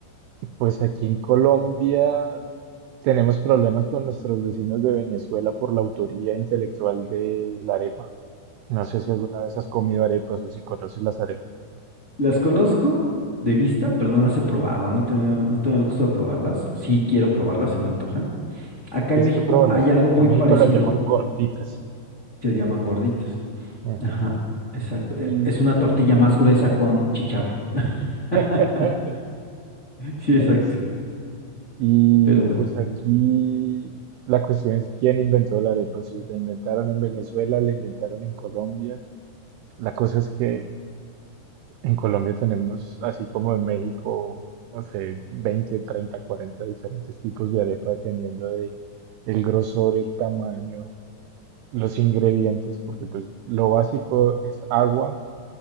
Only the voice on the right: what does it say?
Pues aquí en Colombia tenemos problemas con nuestros vecinos de Venezuela por la autoría intelectual de la arepa. No sé si alguna vez has comido arepas o si conoces las arepas.
Tienes
que probarlas.
En México
las llaman gorditas.
Ajá.
Y,
<laughs>
Ah, sí. Y
pues aquí la cuestión es quién inventó la arepa. Si la inventaron en Venezuela, la inventaron en Colombia. La cosa es que en Colombia tenemos, así como en México, no sé, 20, 30, 40 diferentes tipos de arepa dependiendo de el grosor, el tamaño, los ingredientes, porque pues lo básico es agua